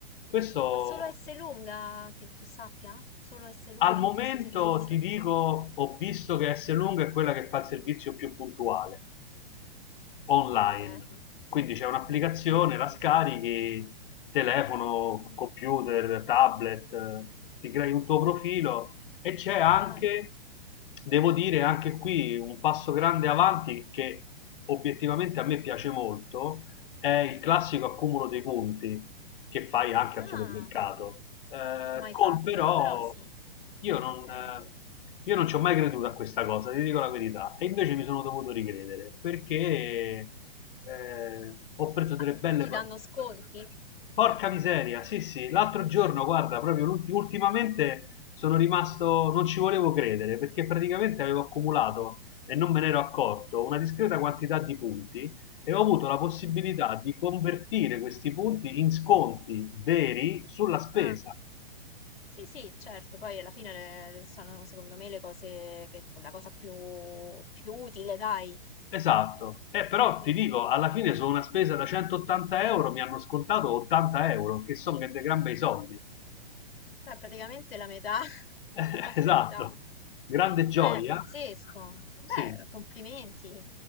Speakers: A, on the left (about 65°); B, on the left (about 80°).
A: Questo
B: ma solo S lunga, che tu sappia? Solo S lunga
A: al momento
B: fa questo servizio?
A: ti dico, ho visto che S Lunga è quella che fa il servizio più puntuale. online.
B: Ok,
A: Quindi c'è un'applicazione,
B: online.
A: la scarichi, telefono,
B: Mm.
A: computer, tablet, eh, ti crei un tuo profilo e c'è anche,
B: Ah,
A: devo dire, anche qui un passo grande avanti che obiettivamente a me piace molto, è il classico accumulo dei conti che fai anche
B: ah,
A: al supermercato. Eh,
B: mai
A: Cole
B: fatto,
A: però
B: però sì,
A: io non,
B: ok.
A: eh, io non ci ho mai creduto a questa cosa, ti dico la verità, e invece mi sono dovuto ricredere perché eh, ho preso delle
B: Ah,
A: belle...
B: ti
A: pa-
B: danno sconti?
A: Porca miseria, sì sì, l'altro giorno, guarda, proprio l'ulti- ultimamente sono rimasto, non ci volevo credere perché praticamente avevo accumulato e non me ne ero accorto una discreta quantità di punti e ho avuto la possibilità di convertire questi punti in sconti veri sulla spesa.
B: Ah. Sì, sì, certo, poi alla fine le- sono secondo me le cose che la cosa più, più utile, dai.
A: Esatto, eh, però
B: Mm.
A: ti dico, alla fine su una spesa da 180 euro mi hanno scontato 80 euro, che sono che dei gran bei soldi.
B: Beh, praticamente la metà, <laughs>
A: <laughs>
B: quasi
A: Esatto,
B: la metà.
A: grande
B: Beh,
A: gioia.
B: è pazzesco. Beh,
A: Sì,
B: complimenti.